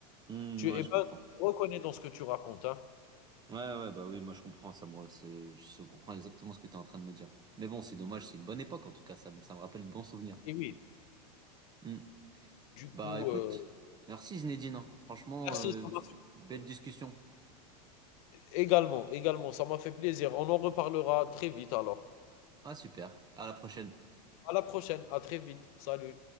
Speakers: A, on the right; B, on the left.
A: Hmm,
B: Tu eh
A: ouais, je
B: ben,
A: comprends.
B: je reconnais dans ce que tu racontes. Hein.
A: Ouais, ouais, bah oui, moi je comprends, ça me, re- c'est- je comprends exactement ce que tu es en train de me dire. Mais bon, c'est dommage, c'est une bonne époque en tout cas, ça me, ça me rappelle de bons souvenirs.
B: Mais oui,
A: Hmm.
B: du coup,
A: Bah écoute,
B: euh,
A: merci Zinedine, hein. Franchement,
B: merci,
A: euh,
B: ça m'a fait
A: belle
B: plaisir.
A: discussion.
B: Également, également, ça m'a fait plaisir. On en reparlera très vite alors.
A: Ah super, à la prochaine.
B: À la prochaine, à très vite. Salut.